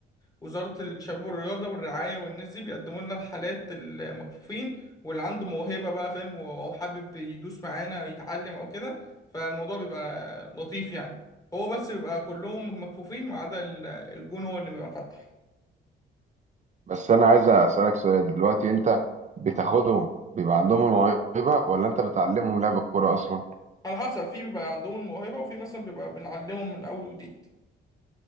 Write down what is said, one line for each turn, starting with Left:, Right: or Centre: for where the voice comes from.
Left: وزارة الشباب والرياضة والرعاية والناس دي بيقدموا لنا الحالات المكفوفين واللي عنده موهبة بقى فاهم و- أو حابب يدوس معانا يتعلم أو كده فالموضوع بيبقى لطيف يعني هو بس بيبقى كلهم مكفوفين ما عدا ال- الجون هو اللي بيبقى فاتح
Right: بس انا عايز اسالك سؤال دلوقتي انت بتاخدهم بيبقى عندهم الموهبه ولا انت بتعلمهم لعب الكوره اصلا
Left: على حسب في بيبقى عندهم الموهبة وفي مثلا بيبقى بنعلمهم من أول وجديد